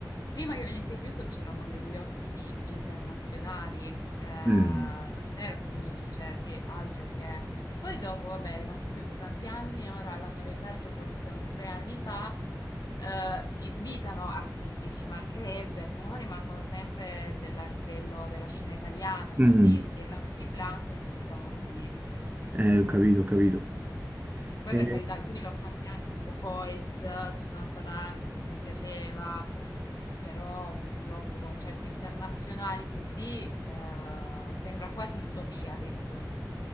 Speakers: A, on the left (about 60°); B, on the right (about 25°).
A: prima che venisse chiuso c'erano degli ospiti internazionali, eh,
B: mm,
A: davvero, che uno dice sì, altro che... Poi dopo, vabbè, è rimasto chiuso tanti anni, ora l'hanno riaperto forse un tre anni fa eh, invitano artisti, ci mancherebbe, però rimangono sempre della- a livello della scena italiana,
B: mm.
A: per
B: mm.
A: dirti, l'anno di Blanco ti invitano lui.
B: Eh,
A: Mm.
B: ho capito, ho capito.
A: Poi
B: Eh,
A: per carità, alcuni l'ho fatti anche tipo Coiz, ci sono stata anche perché mi piaceva, però purtroppo concerti internazionali così eh, sembra quasi un'utopia adesso.